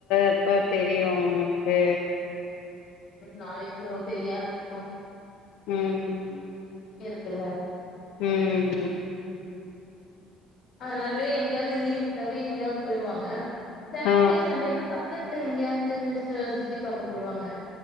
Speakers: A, on the left; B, on the left.
A: இப்ப தெரியும் உனக்கு
B: நாளைக்கு வரும் தெரிய ஆரம்பிக்கும்
A: ம்
B: இல்ல
A: ம் ம்
B: அதனாலயே எங்கயாது லீவு விட்டாவே எங்கயாவது போயிடுவாங்க சாட்டர்டே
A: ஆ
B: சண்டேனா பத் பக்கத்துல எங்கயாவது சுத்தி பாக்கா போயிடுவாங்க